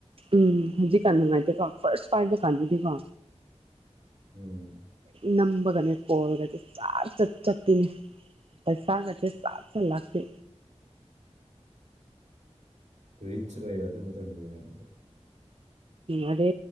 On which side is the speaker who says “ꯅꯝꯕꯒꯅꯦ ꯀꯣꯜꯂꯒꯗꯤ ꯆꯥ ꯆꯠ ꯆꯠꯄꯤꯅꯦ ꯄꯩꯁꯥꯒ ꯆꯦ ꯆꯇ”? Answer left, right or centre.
Right